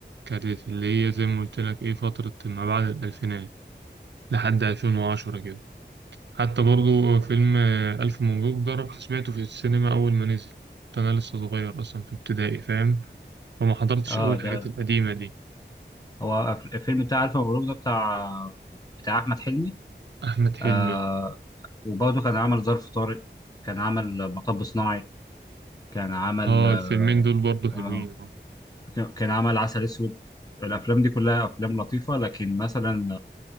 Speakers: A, on the right; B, on the left.
A: كانت اللي هي زي ما قلت لك ايه فترة ما بعد الالفينات لحد 2010 كده حتى برضه فيلم آه، الف مبروك ده رحت سمعته في السينما اول ما نزل كنت انا لسه صغير اصلا في ابتدائي فاهم فما حضرتش
B: اه
A: أوي الحاجات
B: ده
A: القديمة دي
B: هو الف- الفيلم بتاع الف مبروك ده بتاع بتاع احمد حلمي
A: أحمد حلمي
B: آه
A: أه
B: وبرضه كان عمل ظرف طارق كان عمل مطب صناعي كان عمل
A: أه الفيلمين دول برضه حلوين
B: آه
A: أه
B: كان كان عمل عسل اسود الافلام دي كلها افلام لطيفه لكن مثلا